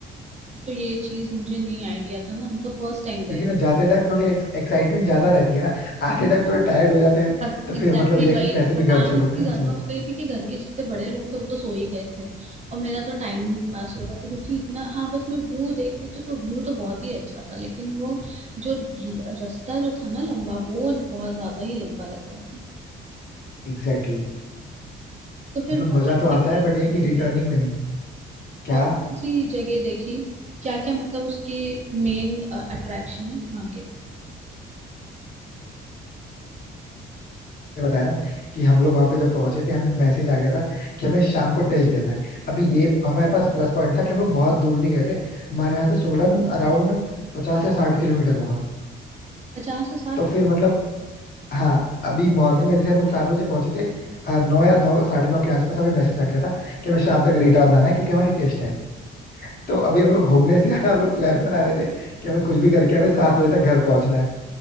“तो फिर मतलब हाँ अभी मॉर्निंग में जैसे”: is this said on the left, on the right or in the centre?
Left